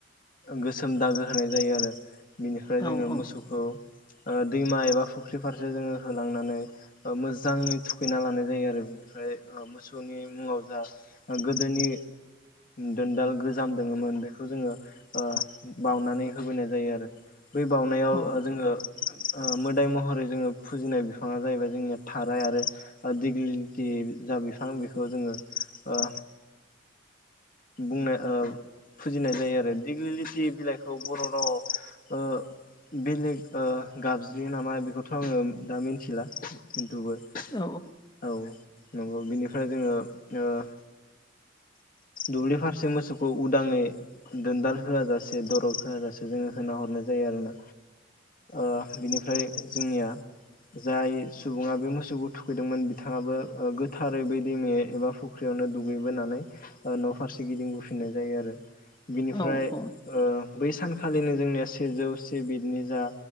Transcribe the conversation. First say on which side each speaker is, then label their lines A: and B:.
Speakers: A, on the left; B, on the left.
A: गोसोम दागो होनाय जायो आरो बेनिफ्राय
B: औ
A: जोङो
B: औ
A: मोसौखौ
B: औ
A: ओ दैमा एबा फुख्रि फारसे जोङो होलांनानै ओ मोजाङै थुखैना लानाय जायो आरो ओमफ्राय ओ मोसौनि मुङाव जा ओ गोदोनि दोनदाल गोजाम दोङोमोन बेखौ जोङो ओ बाउनानै होबोनाय जायो आरो बै बाउनायाव
B: औ
A: ओ जोङो ओ मोदाय महरै जोङो फुजिनाय बिफाङा जाहैबाय जोंनि थाराय आरो दिग्लि लिथि जा बिफां बेखौ जोङो ओ बुंनो ओ फुजिनाय जायो आरो दिेग्लिलिथि बिलाइखौ बर' रावाव ओ बेलेग ओ गाबज्रियो नामा बेखौथ' आङो दा मिन्थिला <unintelligible>
B: औ
A: औ नंगौ बिनिफ्राय जोङो ओ दुब्लि फारसे मोसौखौ उदाङै दोनदाल होआ जासे दरग होआ जासे जोङो होना हरनाय जायो आरोना ओ बिनिफ्राय जोंनिया जाय सुबुङा बे मोसौखौ थुखैदोंमोन बिथाङाबो ओ गोथारै बै दैमे एबा फु ख्रियावनो दुगैबोनानै ओ न' फारसे गिदिंबोफिननाय जायो आरो बिनिफ्राय
B: औ
A: ओ बै सानखालिनो जोंनिया सिजौ से नि जा